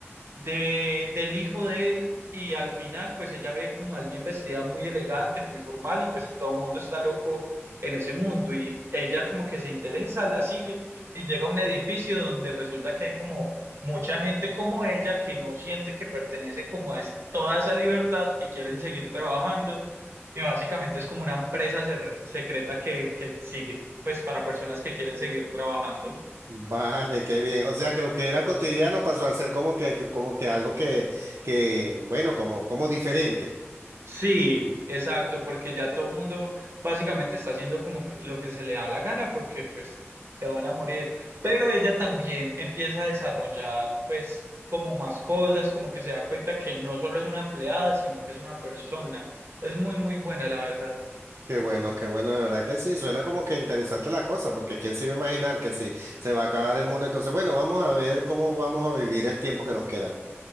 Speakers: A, on the right (about 60°); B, on the right (about 80°).
A: de, del hijo de él y al final pues ella ve como alguien vestida muy elegante, muy formal y pues todo el mundo está loco en ese mundo y ella como que se interesa, la sigue y llega a un edificio donde resulta que hay como mucha gente como ella que no siente que pertenece como a es- toda esa libertad y quieren seguir trabajando y básicamente es como una empresa ser- secreta que, que sigue pues para personas que quieren seguir trabajando.
B: Vale, qué bien. O sea que lo que era cotidiano pasó a ser como que, que- como que algo que, que, bueno, como, como diferente.
A: Sí, exacto, porque ya todo el mundo básicamente está haciendo como que lo que se le da la gana porque pues se van a morir. Pero ella también empieza a desarrollar pues como más cosas, como que se da cuenta que no solo es una empleada, sino que es una persona. Es muy, muy buena, la verdad.
B: Qué bueno, qué bueno, de verdad que sí, suena como que interesante la cosa, porque quién se iba a imaginar que si se va a acabar el mundo, entonces, bueno, vamos a ver cómo vamos a vivir el tiempo que nos queda.